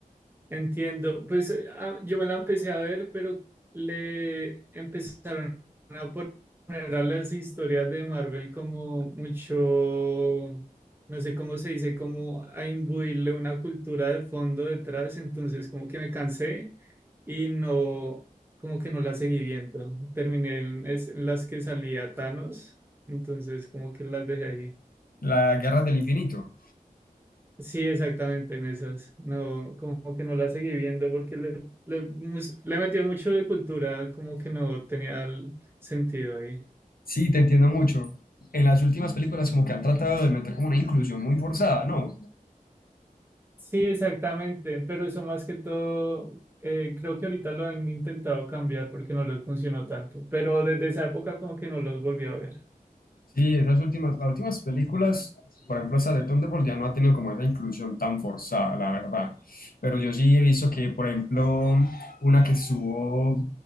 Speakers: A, on the right; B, on the left.
A: Entiendo. Pues eh, ah, yo me la empecé a ver, pero le empezaron a poner a las historias de Marvel como mucho, no sé cómo se dice, como a imbuirle una cultura de fondo detrás. Entonces como que me cansé y no, como que no la seguí viendo. Terminé en, es- en las que salía Thanos, entonces como que las dejé ahí.
B: Las Guerras del Infinito.
A: Sí, exactamente en esas. No, como que no la seguí viendo porque le, le, mus- le metió mucho de cultura, como que no tenía el sentido ahí.
B: Sí, te entiendo mucho. En las últimas películas como que han tratado de meter como una inclusión muy forzada, ¿no?
A: Sí, exactamente, pero eso más que todo, eh, creo que ahorita lo han intentado cambiar porque no les funcionó tanto, pero desde esa época como que no los volví a ver.
B: Sí, esas últimas, las últimas películas, por ejemplo, esa de Thunderbolt ya no ha tenido como esa inclusión tan forzada, la verdad. Pero yo sí he visto que, por ejemplo, una que estuvo